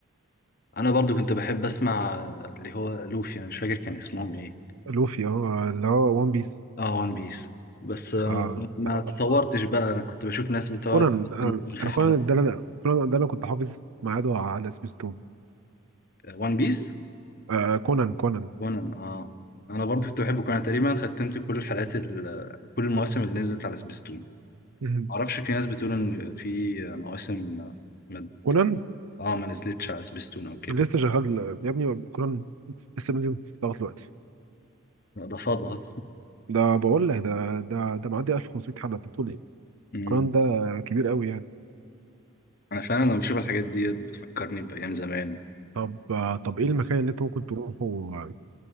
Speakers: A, on the left; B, on the right.
A: انا برضو كنت بحب اسمع اللي هو لوفي انا مش فاكر كان اسمهم ايه
B: لوفي اه اللي هو وان بيس
A: اه وان بيس بس آه،
B: اه
A: ما
B: أعرف،
A: تطورتش
B: آه.
A: بقى انا كنت بشوف ناس بتقعد
B: كونان آه.
A: في
B: انا
A: حلقه
B: كونان ده انا كونان ده انا كنت حافظ ميعاده على سبيستون
A: وان بيس
B: آه آه، كونان كونان
A: كونان اه انا برضو كنت بحب كونان تقريبا ختمت كل الحلقات ال... كل المواسم اللي نزلت على سبيستون
B: مهم.
A: معرفش في ناس بتقول ان في مواسم ما...
B: كونان
A: اه ما نزلتش على سبيستون او كده
B: لسه شغال يا ابني كونان لسه نازل لغايه دلوقتي
A: لا، ده فاضها
B: ده بقول لك ده ده ده معدي 1500 حلقه انت بتقول ايه
A: امم
B: كونان ده كبير قوي يعني
A: انا فعلا لما بشوف الحاجات دي بتفكرني بايام زمان
B: طب آه، طب ايه المكان اللي انت ممكن تروحه آه،